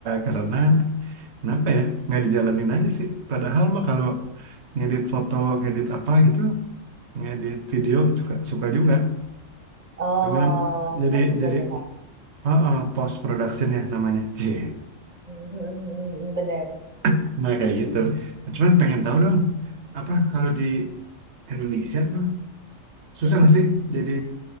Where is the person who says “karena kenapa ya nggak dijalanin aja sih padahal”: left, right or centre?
Right